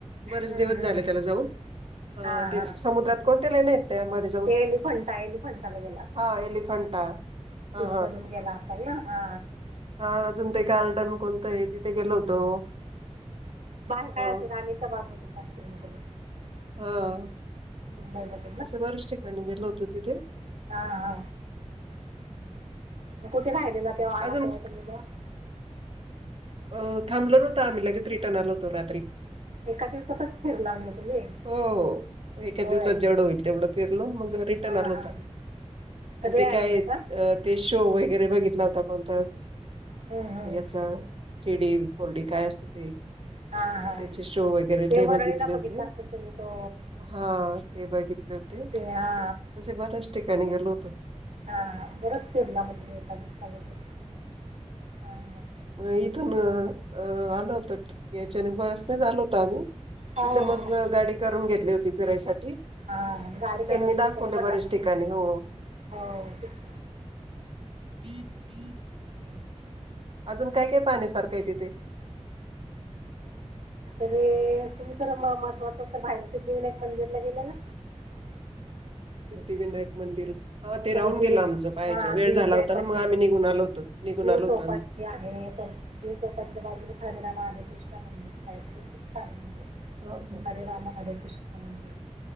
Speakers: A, on the right; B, on the right.
A: बरेच
B: हां
A: दिवस
B: हां
A: झाले त्याला जाऊन. अ
B: हां हां
A: समुद्रात कोणते लेण आहेत त्या मध्ये जाऊन
B: ते येली फंटा येली फंटाला गेला.
A: हा एलिफंटा
B: शीप
A: हा
B: मधून गेला असाल ना? हा.
A: ह अजून ते गार्डन कोणतं आहे तिथे गेलो होतो.
B: बाहेय
A: अ
B: काय आत राणीचा भाग बघितला सिनेमा क
A: हा.
B: ह् बर बर
A: असं बर्याच ठिकाणी गेलं होतं तिथे
B: हा हा मग कुठे राहिली ना तेव्हा आला
A: अजून
B: तेव्हा तुम्ही ना?
A: अ थांबल नव्हता आम्ही लगेच रिटर्न आलो होतो रात्री.
B: एका दिवसातच फिरला म्हणजे तुम्ही?
A: हो एका
B: होय
A: दिवसात जेवढं होईल तेवढं फिरलो मग रिटर्न
B: हां
A: आलो
B: हां
A: होतो आम्ही.
B: सगळे
A: आणि ते
B: आलेले
A: काय अ
B: का
A: ते शो वगैरे बघितला होता कोणता
B: हं, हं.
A: याचा थ्री डी फोर डी काय असते ते
B: हा हा
A: त्याचे शो वगैरे
B: ते वरळीला
A: बघितले
B: बघितला
A: होते.
B: असेल तुम्ही तो
A: हा ते बघितले होते
B: ते
A: तसे
B: हां
A: बऱ्याच ठिकाणी घेलो होत.
B: हा हा बरंच फिरला मग तुम्ही एका दिवसामध्ये हा ह
A: म इथून आलो होत याच्याने बसनेच आलो होत आम्ही
B: हो
A: तिथं मग
B: हो
A: गाडी करून घेतली होती फिरायसाठी
B: हा गाडी
A: मग त्यांनी
B: केल्यानंतर
A: दाखवले
B: त्याला पटापट
A: बऱ्याच ठिकाणी
B: होत
A: हो
B: हो दिसलं.
A: <unintelligible>
B: हम्
A: अजून काय काय पाण्यासारखं आहे तिथे.
B: तर तुम्ही तर महत्वाचं बाहिले सिद्धिविनायक मंदिरला गेले ना?
A: सिद्धिविनायक मंदिर हा ते
B: परत
A: राहून
B: जुहू
A: गेल आमचं पाहायचं
B: हां
A: वेळ
B: जुहू
A: झाला
B: चौपाटी
A: होता ना मग आम्ही निघून आलो होतो निघून
B: जुहू
A: आल होतो
B: चौपाटी
A: आम्ही
B: आहे पण जीव चौपटीच्या बाजूला खालेला माहाध कृष्ण मंदिर ते खूप छान म्हणजे
A: हा हा
B: हरराम अध कृष् मजर